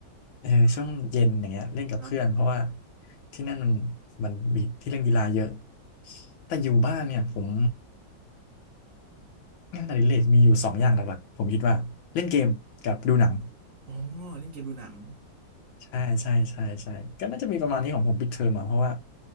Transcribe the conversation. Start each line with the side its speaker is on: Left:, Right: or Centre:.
Left: เออช่วงเย็นอย่างเงี้ยเล่นกับเพื่อนเพราะว่า
Right: อ๋อครับ
Left: ที่นั่นมันมันมีที่เล่นกีฬาเยอะแต่อยู่บ้านเนี่ยผมงานอดิเรกมีอยู่สองอย่างหลักๆผมคิดว่าเล่นเกมกับดูหนัง
Right: อ๋อเล่นเกมดูหนัง
Left: ใช่ใช่ใช่ใช่ก็น่าจะมีประมาณนี้ของผมปิดเทอมอ่ะเพราะว่า